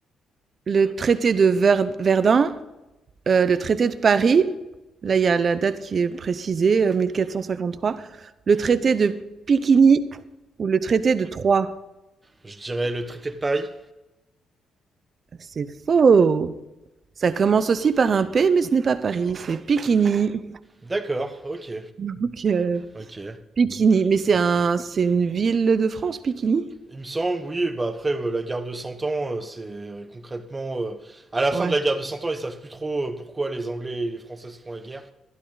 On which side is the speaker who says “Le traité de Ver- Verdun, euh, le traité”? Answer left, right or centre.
Right